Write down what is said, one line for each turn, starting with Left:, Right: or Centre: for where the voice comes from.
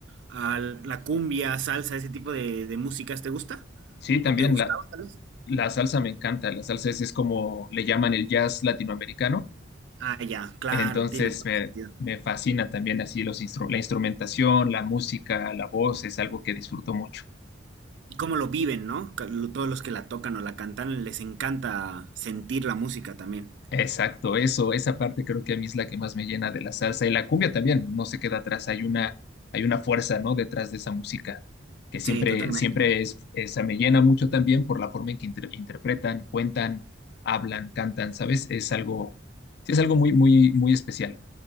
Right: a la la cumbia, salsa, ese tipo de, de músicas, ¿te gusta?
Left: sí,
Right: ¿O
Left: también
Right: te gustaba
Left: la,
Right: tal vez?
Left: la salsa me encanta. La salsa es, es como le llaman el jazz latinoamericano.
Right: Ah, ya, claro,
Left: Entonces
Right: tiene todo
Left: me,
Right: sentido.
Left: me fascina también así los instru- la instrumentación, la música, la voz, es algo que disfruto mucho.
Right: Y cómo lo viven, ¿no? Ca- lo- Todos los que la tocan o la cantan, les encanta sentir la música también.
Left: Exacto, eso, esa parte creo que a mí es la que más me llena de la salsa y la cumbia también, no se queda atrás, hay una, hay una fuerza, ¿no? Detrás de esa música, que siempre,
Right: Sí, totalmente.
Left: siempre es, esa me llena mucho también por la forma en que inter- interpretan, cuentan, hablan, cantan, ¿sabes? Es algo, sí es algo muy, muy, muy especial.